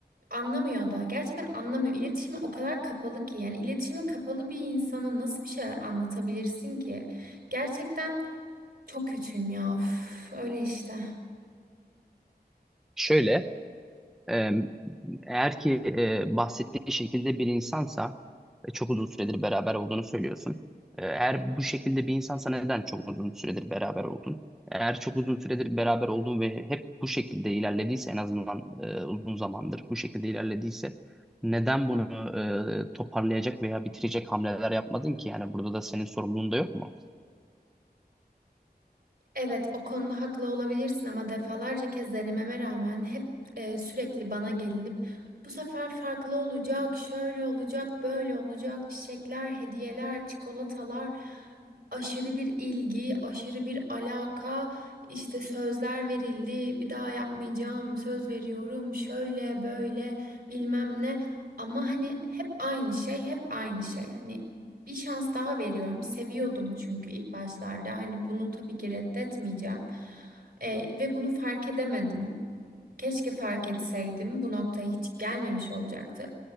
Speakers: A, on the right; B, in the centre.
A: anlamıyor da gerçekten anlamıyor. İletişime o kadar kapalı ki yani iletişime kapalı bir insana nasıl bir şeyler anlatabilirsin ki? Gerçekten çok kötüyüm ya. Üf, öyle işte.
B: Şöyle, Ee, Eğer ki e, bahsettiğin şekilde bir insansa ve çok uzun süredir beraber olduğunu söylüyorsun. Ee, Eğer bu şekilde bir insansa neden çok uzun süredir beraber oldun? Eğer çok uzun süredir beraber oldun ve hep bu şekilde ilerlediyse en azından e, uzun zamandır bu şekilde ilerlediyse neden bunu e, toparlayacak veya bitirecek hamleler yapmadın ki? Yani burada da senin sorumluluğun da yok mu?
A: Evet, o konuda haklı olabilirsin ama defalarca kez denememe rağmen hep e, sürekli bana gelinip bu sefer farklı olacak, şöyle olacak, böyle olacak, çiçekler, hediyeler, çikolatalar, aşırı bir ilgi, aşırı bir alaka, işte sözler verildi, bir daha yapmayacağım, söz veriyorum, şöyle böyle bilmem ne. Ama hani hep aynı şey, hep aynı şey. Hani bir şans daha veriyorum. Seviyordum çünkü ilk başlarda. Hani bunu tabii ki reddetmeyeceğim. Ee, ve bunu fark edemedim. Keşke fark etseydim. Bu noktaya hiç gelmemiş olacaktı.